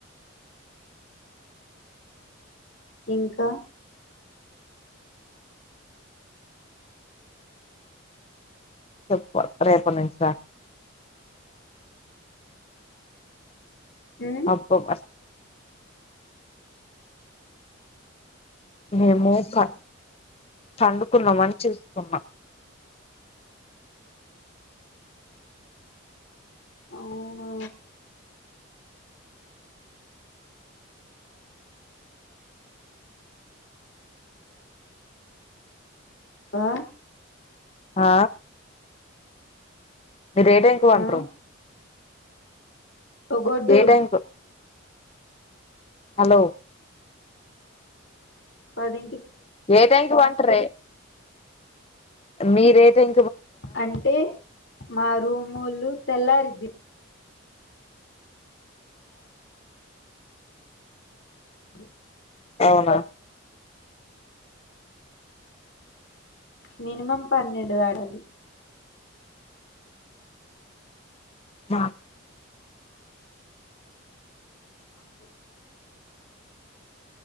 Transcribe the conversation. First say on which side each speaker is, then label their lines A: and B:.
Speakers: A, on the left; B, on the left.
A: ఇంకా
B: చెప్ప రేపనుంచ
A: ఉమ్
B: అబ్బబ మేము క పండుకుందామని చూస్తున్నా
A: అవునా వా
B: ఆ మీరు ఏ టైంకు వంట్రు
A: ఆ ఒగొడ్డు
B: ఏ టైంకు హలో
A: పది
B: ఏ టైంకి వంటరే మీరు ఏ టైం
A: అంటే మా రూమొళ్ళు తెల్లారిద్ది అ
B: అవునా
A: మనిమం పన్నెడు దాటాలి
B: బా
A: అ